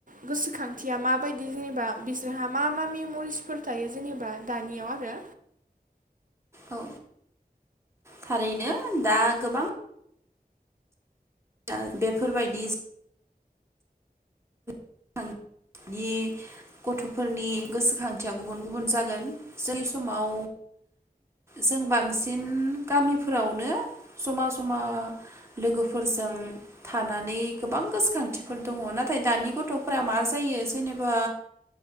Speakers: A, on the right (about 55°); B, on the right (about 15°).
A: गोसोखांथिया माबायदि जेनेबा बिसोरहा मा मा मेम'रिसफोर थायो जेनेबा दानियाव आरो?
B: औ थारैनो दा गोबां दा बेफोरबायदि स <unintelligible> नि गथ'फोरनि गोसोखांथिया गुबुन गुबुन जागोन जोंनि समाव जों बांसिन गामिफोरावनो जमा जमा लोगोफोरजों थानानै गोबां गोसोखांथिफोर दङ नाथाय दानि गथ' मा जायो जेनेबा